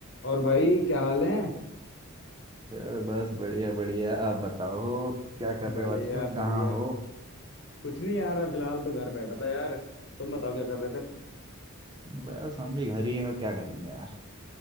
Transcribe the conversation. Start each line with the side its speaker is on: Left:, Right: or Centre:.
Left: और भाई क्या हाल है
Right: Sir बस बढ़िया बढ़िया आप बताओ क्या कर
Left: बढ़िया
Right: रहे हो आजकल कहाँ
Left: बढ़िया
Right: हो
Left: कुछ नहीं यार मैं फिलहाल तो घर बैठा था यार तुम बताओ क्या कर रहे थे
Right: बस हम भी घर ही हैं और क्या करेंगे यार